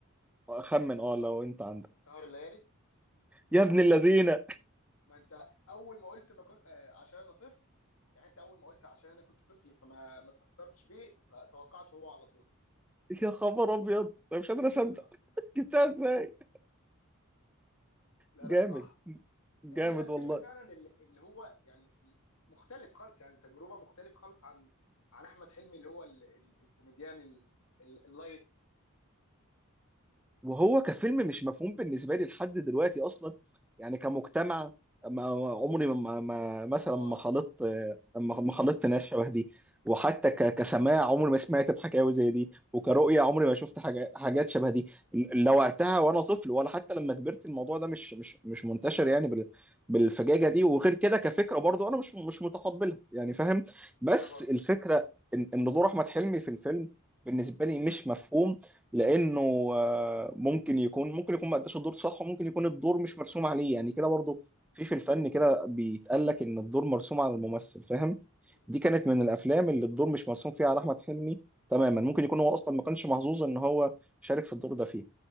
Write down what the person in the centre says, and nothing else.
خمن اه لو انت عندك
يا ابن الذين
يا خبر ابيض انا مش قادر اصدق
جبتها ازاي
جامد
جامد
والله
وهو كفيلم مش مفهوم بالنسبه لي لحد دلوقتي اصلا يعني كمجتمع ما عمري ما ما ما- مثلا
ما خلطت ما ما خلطت ناس شبه دي وحتى ك- كسماع عمري ما سمعت بحكاوي زي دي وكرؤية عمري ما شفت حاجة حاجات شبه دي لا وقتها وانا طفل ولا حتى لما كبرت الموضوع ده مش مش مش منتشر يعني بال- بالفجاجة دي وغير كده كفكرة برضو انا مش مش متقبلها يعني فاهم بس
الفكرة ان إن دور احمد حلمي في الفيلم بالنسبة لي مش مفهوم لانه آه، ممكن يكون ممكن يكون ما اداش الدور صح وممكن يكون الدور مش مرسوم عليه يعني كده برضو في في الفن كده بيتقال لك ان الدور مرسوم على الممثل فاهم
دي كانت من
الافلام
اللي الدور مش مرسوم فيها على احمد حلمي تماما ممكن يكون هو اصلا ما كانش محظوظ ان هو شارك في الدور ده فيه